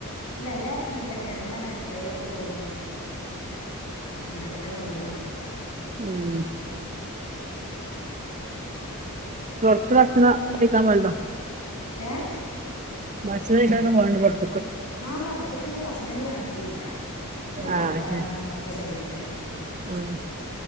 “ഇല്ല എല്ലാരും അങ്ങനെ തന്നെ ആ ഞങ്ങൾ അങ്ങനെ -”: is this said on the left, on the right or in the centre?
Left